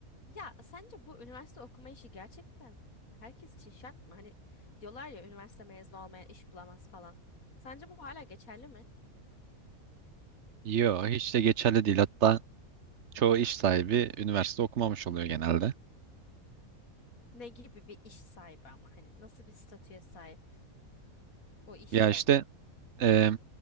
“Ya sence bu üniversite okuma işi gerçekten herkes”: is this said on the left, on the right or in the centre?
Left